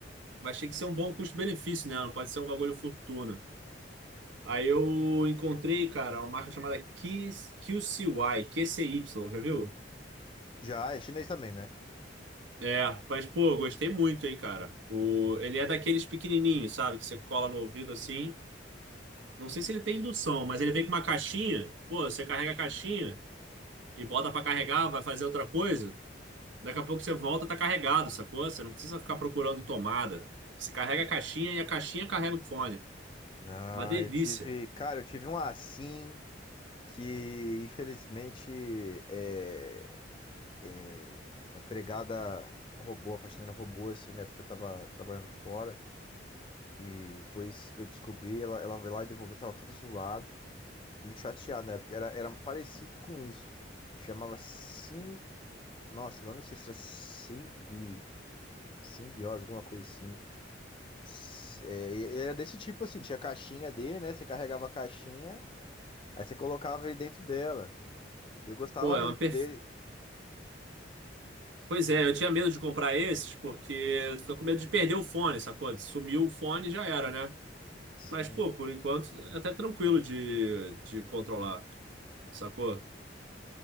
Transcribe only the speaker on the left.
Já, é chinês também, né?
Ah,
eu tive. Cara, eu tive um assim que, infelizmente, é, é, uma empregada roubou, a faxineira roubou, assim, na época que eu tava trabalhando fora. E depois que eu descobri, ela, ela veio lá e devolveu, tava tudo zoado. Muito chateado, né? Porque era, era parecido com isso. Chamava sim. Nossa, agora eu não sei se era simbi, simbiose, alguma coisa assim. S- É, e- e era desse tipo assim, tinha a caixinha dele, né? Você carregava a caixinha, aí você colocava ele dentro dela. E eu gostava
muito
dele.
Sim.